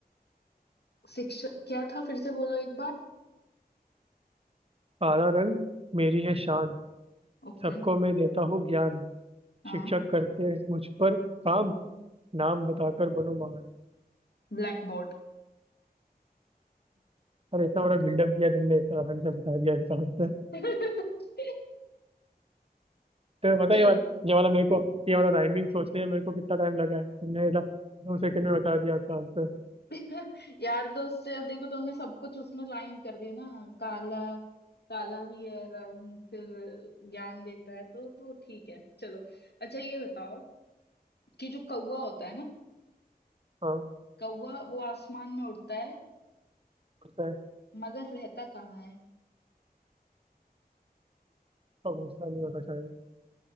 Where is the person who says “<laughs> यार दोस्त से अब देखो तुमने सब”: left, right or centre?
Left